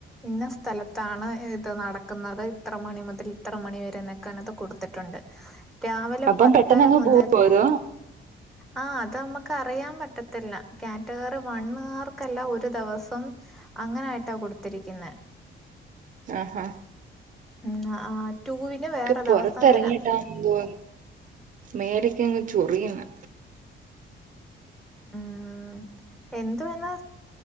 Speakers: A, in the centre; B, on the right.
A: ഇന്ന സ്ഥലത്താണ് ഇത് നടക്ക്ന്നത് ഇത്ര മണി മുതൽ ഇത്ര മണി വരെ എന്നൊക്കെ അയിനകത്ത് കൊട്ത്തിട്ട്ണ്ട് രാവിലെ
B: അപ്പം
A: പത്തര
B: പെട്ടെന്നങ്ങ്
A: മുതല്
B: പോവോ അതോ
A: ആഹ് അതമ്മ ക്ക് അറിയാൻ പറ്റത്തില്ല കാറ്റഗറി വണ്ണ്ക്കാർക്കെല്ലാം ഒരു ദെവസം അങ്ങനായിട്ടാ കൊടുത്തിരിക്ക്ന്നേ
B: ഉം ഉം
A: ഉം ആഹ് ടൂവിന്
B: ഇക്ക്
A: വേറെ
B: പുൊറത്തിറങ്ങിട്ടാ
A: ദിവസം അങ്ങനെ
B: എന്തോ മേലൊക്കെങ്ങ് ചൊറിയ്ന്ന്
A: ഉം എന്തുവെ ഇന്ന്